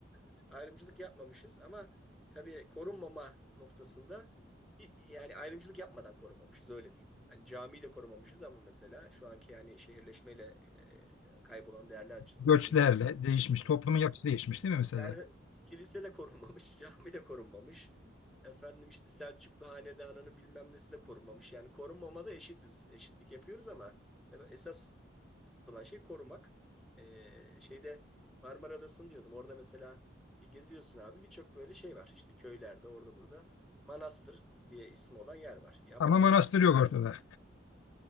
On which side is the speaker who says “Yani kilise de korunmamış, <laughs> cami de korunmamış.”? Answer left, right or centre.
Centre